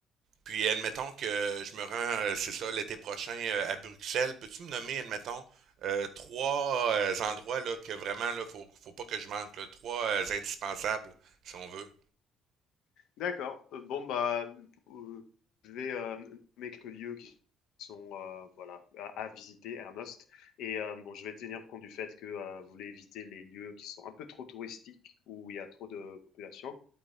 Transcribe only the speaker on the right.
Puis admettons que je me rends, euh, c'est ça, l'été prochain euh, à Bruxelles. Peux-tu me nommer, admettons, euh, trois euh, endroits là, que vraiment là, faut, faut pas que je manque, là, trois euh, indispensables, si on veut.